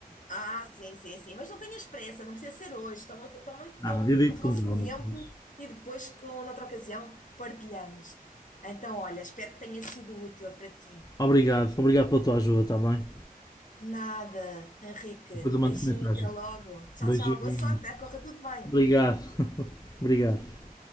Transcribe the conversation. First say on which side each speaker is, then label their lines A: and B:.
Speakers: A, on the left; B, on the left.
A: ah, sim, sim, sim, mas não tenhas pressa, não precisa ser hoje. Toma, toma
B: Ah,
A: o
B: havia dito
A: o vosso
B: com calma,
A: tempo
B: pois.
A: e depois, com noutra ocasião, partilhamos. Então, olha, espero que tenha sido útil para ti.
B: Obrigado, obrigado pela tua ajuda, está bem?
A: Nada, Henrique.
B: Depois eu mando
A: Beijinho,
B: mensagem.
A: até logo. Tchau,
B: Beijinho.
A: tchau. Boa sorte, eh? corra tudo bem.
B: Obrigado. <laughs> Obrigado.